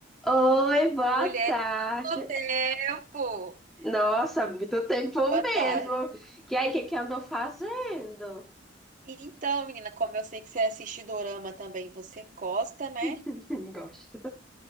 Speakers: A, in the centre; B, on the right.
A: Oi, boa
B: Mulher
A: tarde.
B: do tempo!
A: Nossa, muito tempo
B: Boa
A: mesmo.
B: tarde.
A: E aí, o que que andou fazendo?
B: Então, menina, como eu sei que você assiste dorama também, você gosta, né?
A: <laughs> Gosto.